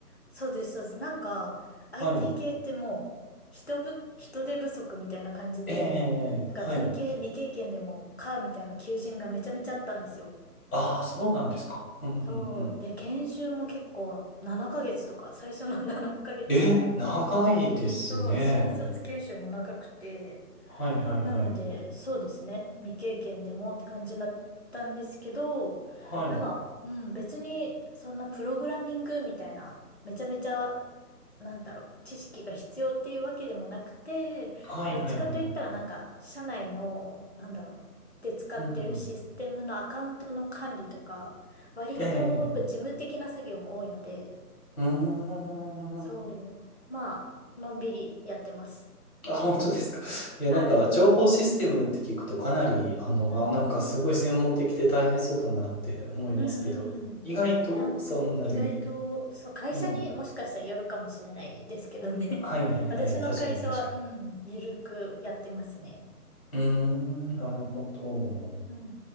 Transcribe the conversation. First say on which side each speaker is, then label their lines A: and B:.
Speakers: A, on the left; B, on the left.
A: そうです、そうです。なんか、IT
B: はい。
A: 系ってもう、人ぶ、人手不足みたいな感じで、
B: ええええええはい。
A: なんか文系未経験でもか、みたいな求人がめちゃめちゃあったんですよ。
B: ああ、そうなんですか。うんうんうん。
A: そう。で、研修も結構7ヶ月とか、最初の <laughs> 7ヶ月ぐらい。
B: え、長いですね。
A: そう、新卒研修も長くて、
B: はいはいはい。
A: なので、そうですね。未経験でもって感じだったんですけど、
B: はい。
A: なんか、うん、別にそんなプログラミングみたいな、めちゃめちゃ、なんだろう、知識が必要っていうわけでもなくて、
B: はいはいはい。
A: どっちかといったらなんか、社内の、なんだろう、で使ってるシステムのアカウントの管理とか、
B: うんうん。
A: 割と事務的な作業も多いので、
B: ええ。うーん。
A: そう、まあ、のんびりやってます。
B: あ、本当ですか。いや、なんか、
A: はい。
B: 情報システムって聞くとかなり、あの、
A: うんうん。
B: あ、なんかすごい専門的で大変そうだなって思いますけど、
A: うんうんうん。い
B: 意外とそんなに。
A: や、意外と、そう、会社にもしかしたらよるかもしれないですけどね。
B: ええ。
A: <laughs>
B: はいはいはい。
A: 私の会社は、
B: 確かに確かに。
A: うん、ゆるくやってますね。
B: うーん、なるほど。
A: うん。